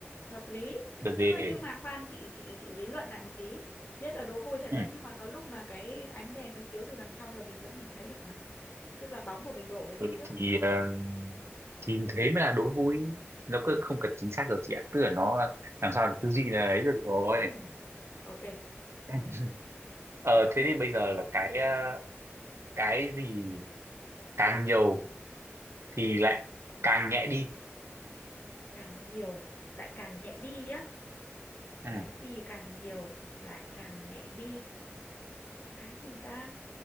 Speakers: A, on the left; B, on the right.
A: hợp lý
B: đợt
A: nhưng
B: về
A: mà nhưng mà khoan chị chị chị lý luận lại một tí biết là đố vui thật đấy
B: ừ.
A: nhưng mà có lúc mà cái ánh đèn nó chiếu từ đằng sau là mình vẫn nhìn thấy được mà tức là bóng của mình đổ về
B: ừ,
A: phía trước
B: thì ờ, thì
A: Cực-
B: thế mới là đố vui nó
A: cực.
B: cứ không cần chính xác được chị ạ tức là nó làm sao được tư duy là ấy được rồi
A: ừ. ok
B: <laughs> ờ
A: chấp
B: thế
A: nhận
B: thì bây giờ là cái ờ, cái gì càng nhiều thì lại càng nhẹ đi
A: càng nhiều lại càng nhẹ đi á
B: ừ.
A: cái gì càng nhiều lại càng nhẹ đi cái gì ta